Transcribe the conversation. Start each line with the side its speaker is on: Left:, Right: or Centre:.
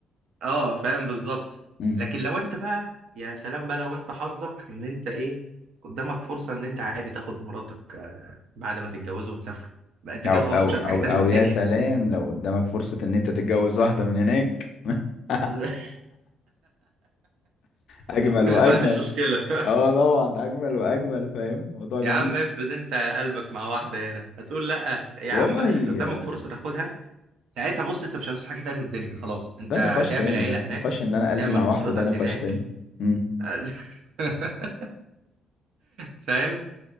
Right: اه فاهم بالظبط
Left: مم.
Right: لكن لو انت بقى يا سلام بقى لو انت حظك ان انت ايه قدامك فرصة ان انت عادي تاخد مراتك آه، بعد ما تتجوزوا وتسافروا بقى انت
Left: او
Right: كده
Left: او
Right: خلاص مش
Left: او
Right: عايز حاجة تاني
Left: او
Right: من الدنيا
Left: يا سلام لو قدامك فرصة ان انت تتجوز واحدة من هناك <laughs>
Right: <laughs>
Left: اجمل
Right: ما
Left: واجمل
Right: عنديش مشكلة
Left: اه طبعا اجمل واجمل فاهم موضوع جميل
Right: يا عم افرض انت قلبك مع واحدة هنا هتقول لا يا
Left: والله
Right: عم قدامك
Left: آه،
Right: فرصة تاخدها ساعتها بص انت مش هتعيش حاجة تاني من الدنيا خلاص انت
Left: ده
Right: هتعمل
Left: نقاش تاني
Right: عيلة
Left: ده
Right: هناك
Left: نقاش ان انا قلبي
Right: تعمل
Left: مع واحدة
Right: أسرتك
Left: ده نقاش
Right: هناك
Left: تاني مم.
Right: <laughs> فاهم